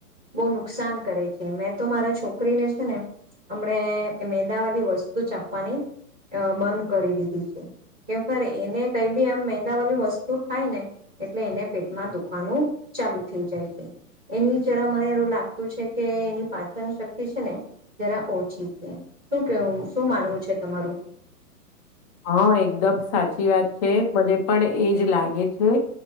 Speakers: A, in the centre; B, on the left.
A: બહુ નુકસાન કરે છે. તો મારા છોકરીને છે ને હમને એ મેંદાવાળી વસ્તુ ચાપવાની અ બંધ કરી દીધી છે, કે એને કઈ બી આમ મેંદા વાળું વસ્તુ શું ખાય ને, એટલે એને પેટમાં દુખ ખવાનું ચાલુ થઈ જાય છે, એની જરા મને એવું લાગતું છે કે એની પાચન શક્તિ છે ને જરા ઓછી છે. શું કેવું શું માનવું છે તમારું.
B: હા એકદમ સાચી વાત છે મને પણ એજ લાગે છે,